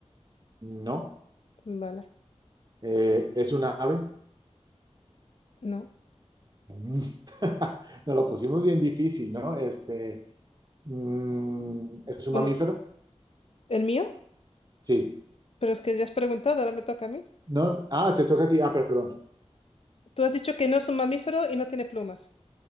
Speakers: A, on the right; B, on the left.
A: No.
B: Vale,
A: Eh, ¿es un ave?
B: no.
A: Mm. <laughs> Nos lo pusimos bien difícil, ¿no? Este, mm, ¿es un
B: Bueno,
A: mamífero?
B: ¿el mío?
A: Sí.
B: Pero es que ya has preguntado, ahora me toca a mí.
A: No, ah, te toca a ti. Ah, perdón.
B: Tú has dicho que no es un mamífero y no tiene plumas.